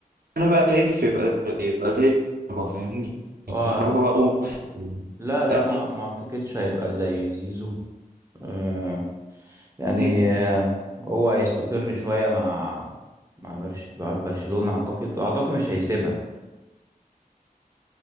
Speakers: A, on the right; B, on the right.
A: أنا بقى شايف يبقى يبقى زي الكهرباء فاهمني
B: اه
A: الكهرباء أول واحد.
B: لا لا
A: أهلي
B: ما ما اعتقدش هيبقى زي زيزو آه يعني
A: مم.
B: آه هو هيستقر شوية مع مع برش- مع برشلونة اعتقد اعتقد مش هيسيبها